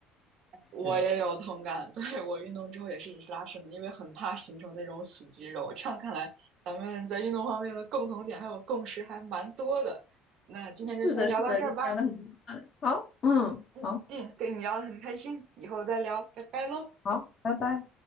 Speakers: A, on the right; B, on the left.
A: 我也有同感，
B: 对，
A: <laughs> 对，我运动之后也是一直拉伸的，因为很怕形成那种死肌肉。这样看来，咱们在运动方面的共同点还有共识还蛮多的。那今天就先聊到这儿吧。
B: 是的，是的，跟你聊的很好，嗯，
A: 嗯嗯，
B: 好。
A: 跟你聊得很开心，以后再聊，拜拜喽。
B: 好，拜拜。